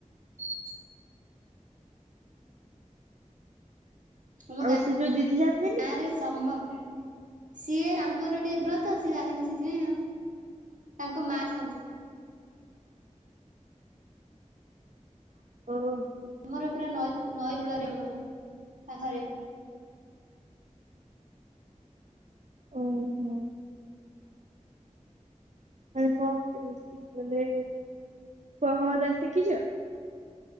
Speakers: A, on the right (about 65°); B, on the right (about 85°).
A: <inaudible>
B: ଆମ
A: ଆଉ ସେ ଯୋଉ ଦିଦି ଜାଆନ୍ତିନି।
B: ଗାଁ ରେ ସମସ୍ତେ ସିଏ ତାଙ୍କର ଟିକେ ଦୂର ତ ସିଏ ଆସେନି ସେଥିପାଇଁ ଆଉ। ତାଙ୍କ ମା ଆସନ୍ତି।
A: ଓହୋ।
B: ଆମର ପୁରା ନଈ ନଈ କୂଳରେ ଆମର ପାଖରେ
A: ଓହୋ। ମାନେ କଣ କେମିତି ମାନେ ପହଁରା ଶିଖିଛ।